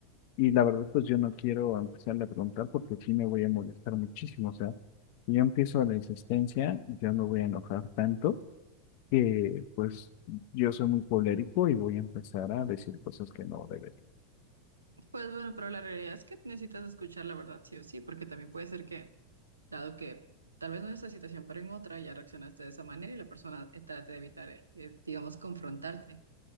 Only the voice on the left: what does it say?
Y la verdad, pues yo no quiero empezarle a preguntar porque sí me voy a molestar muchísimo. O sea, si yo empiezo la insistencia, yo me voy a enojar tanto que pues yo soy muy colérico y voy a empezar a decir cosas que no debería.